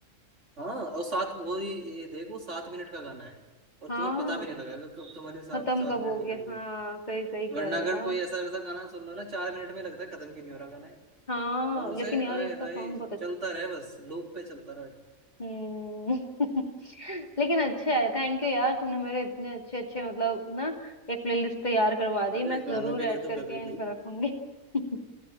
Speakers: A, on the right (about 60°); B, on the left (about 30°).
A: हाँ और सात वो ये, ये देखो सात मिनट का गाना है और
B: हाँ
A: तुम्हें पता भी नहीं लगेगा कब तुम्हारे साथ
B: खत्म
A: सात
B: कब
A: मिनट
B: हो
A: निकल
B: गया
A: गई
B: हाँ सही सही कह
A: वरना
B: रहे
A: अगर
B: हो यार
A: कोई ऐसा वैसा गाना सुन लो ना चार मिनट में लगता है खत्म क्यों नहीं हो रहा गाना है
B: हाँ
A: और उसे
B: लेकिन यार
A: आए
B: इसका
A: हाय
B: सॉन्ग बहुत
A: चलता रहे बस लूप पे चलता रहे
B: हम्म <laughs> लेकिन अच्छा है थैंक यू यार तूने मेरे इतने अच्छे अच्छे मतलब ना एक प्लेलिस्ट तैयार करवा दी
A: अरे
B: मैं
A: गानों
B: जरूर
A: के
B: ऐड
A: लिए तो
B: करके
A: कभी भी
B: इनको रखूंगी <laughs>